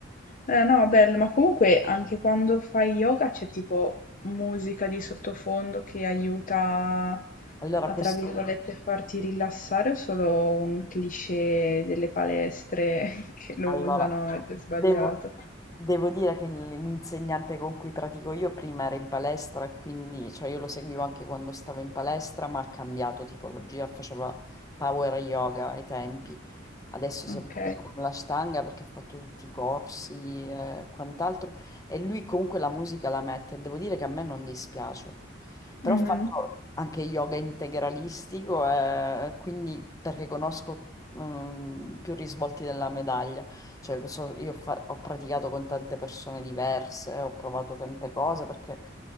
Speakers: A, on the left; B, on the left.
A: Eh, no, bello, ma comunque anche quando fai yoga c'è tipo musica di sottofondo che aiuta
B: Allora,
A: a,
B: questo.
A: tra virgolette, farti rilassare o solo un cliché delle palestre <laughs> che lo
B: Allora,
A: usano ed è sbagliato?
B: devo, devo dire che l- l'insegnante con cui pratico io prima era in palestra e quindi, cioè io lo seguivo anche quando stavo in palestra, ma ha cambiato tipologia, faceva power yoga ai tempi. Adesso
A: Ok.
B: si è buttato con la stanga perché ha fatto tutti i corsi e quant'altro. E lui comunque la musica la mette. Devo dire che a me non dispiace. Però
A: Mhm.
B: ho fatto anche yoga integralistico, eh, quindi perché conosco mm, più risvolti della medaglia. Cioè, so- io fa- ho praticato con tante persone diverse, ho provato tante cose perché